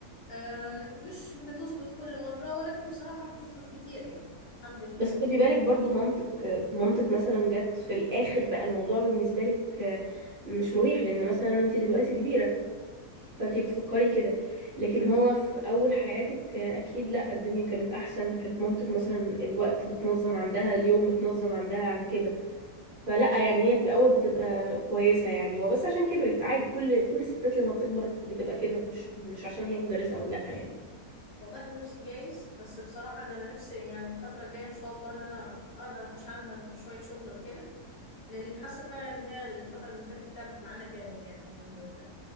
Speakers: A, on the left; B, on the right.
A: أم، مش بتظبط كل مرة ولكن بصراحة بتظبط كتير يعني الحمد لله
B: بس خدي بالك برضو مامتك مامتك مثلا جت في الاخر بقى الموضوع بالنسبه لك آه، مش مريح لان مثلا انت دلوقتي كبيره فانتي بتفكري كده لكن هو في اول حياتك آه، اكيد لا الدنيا كانت احسن كانت مامتك مثلا الوقت بتنظم عندها اليوم متنظم عندها عن كده فلا يعني هي في الاول بتبقى كويسة يعني هو بس عشان كبرت عادي كل كل الستات لما بتكبر بتبقى كده مش مش عشان هي مدرسة او لا يعني
A: والله بص جايز بس بصراحة إن أنا نفسي يعني الفترة الجاية إن شاء الله إن أنا أقدر أحوش عنها شوية شغل وكده لأني حاسة فعلا إن هي الفترة اللي فاتت تعبت معانا جامد يعني الحمد لله